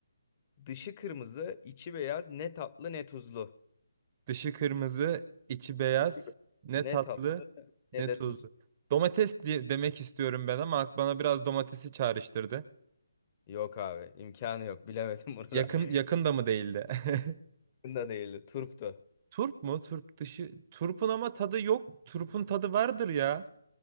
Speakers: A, on the left; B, on the right.
A: Dışı kırmızı, içi beyaz, ne tatlı ne tuzlu.
B: Dışı kırmızı, içi beyaz.
A: İçi
B: Ne
A: ne
B: tatlı,
A: tatlı ne
B: ne
A: de
B: tuzlu.
A: tuzlu.
B: Domates diye demek istiyorum ben ama ak- bana biraz domatesi çağrıştırdı.
A: Yok abi, imkanı yok. Bilemedim bunu
B: Yakın
A: da. <laughs>
B: yakın da mı değildi? <laughs>
A: Bunu da değildi. Turptu.
B: Turp mu? Turp dışı. Turpun ama tadı yok. Turpun tadı vardır ya.